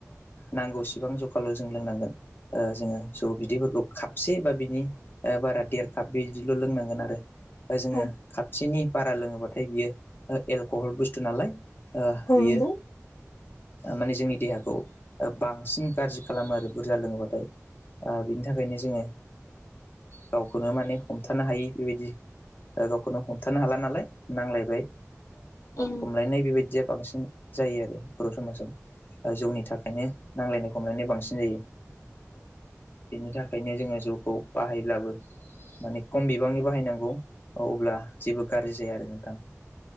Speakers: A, on the left; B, on the left.
A: नांगौसेबां जखाल' जों लोंनांगोन जोङो स' बिदैफोरखौ खाबसे बा बिनि बारा देरखाब बि बिदिल' लोंनांगोन आरो जोङो
B: औ
A: खापसेनि बारा लोङोबाथाय बियो एलक'हल बुस्थु नालाय
B: औ
A: बियो
B: नंगौ
A: माने जोंनि देहाखौ बांसिन गाज्रि खालामो आरो बुरजा लोङोबाथाय बिनि थाखायनो जोङो गावखौनो माने हमथानो हायो बेबायदि गावखौनो हमथानो हाला नालाय नांलायबाय
B: ए
A: फायनाय बेबायदिया बांसिन जायो आरो बर' समाजाव जौनि थाखायनो नांजलायनाय खमलायनाय बांसिन जायो बेनि थाखायनो जोङो जौखौ बाहायब्लाबो माने खम बिबांनि बाहायनांगौ औ अब्ला जेबो गाज्रि जाया आरो नोंथां